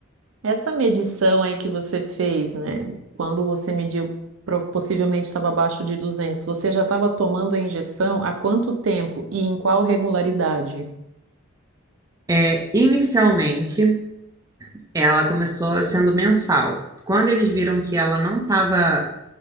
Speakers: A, on the right (about 75°); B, on the right (about 15°).
A: Essa medição aí que você fez, né? Quando você mediu, pro- possivelmente estava abaixo de 200, você já estava tomando a injeção há quanto tempo e em qual regularidade?
B: É, inicialmente. Ela começou sendo mensal. Quando eles viram que ela não estava